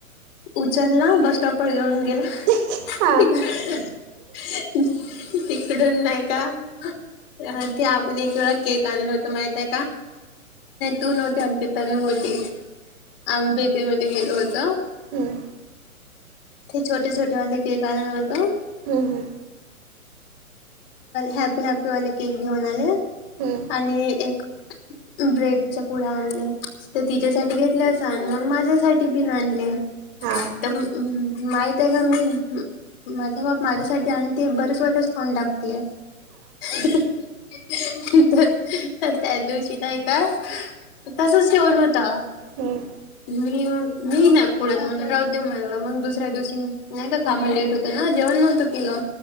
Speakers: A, on the left (about 40°); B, on the right (about 30°).
A: उचलला बस स्टॉपवर घेऊन गेला.
B: किती
A: <unintelligible> तिकडून नाही का. ते आपण एक वेळा केक आणलो होतो माहितय का. तु नव्हती वाटत, तनु होती आम्ही बेकरी मध्ये गेलो होतो.
B: हम्म.
A: ते छोटे, छोटे वाले केक आणलं होतो.
B: हम्म-हम्म.
A: हॅप्पी हॅपी वाले केक घेऊन आले.
B: हो.
A: आणि एक ब्रेडचा पुडा आणला तर तिच्यासाठी. तिला शहाण्णव माझ्यासाठी बि आणले.
B: हा.
A: तर माहित आहे का मी. माझा बाप माझ्यासाठी आणते बरे स्वतःच खाऊन टाकते. <unintelligible> तर त्या दिवशी नाही का तसंच ठेऊन होता.
B: हुं..
A: मी मग मी नाही पुढ्यात म्हणलं राहुदे म्हणलं, मग दुसऱ्या दिवशी नाही का. कामाला येत होतं ना, जेवण नव्हतं केलं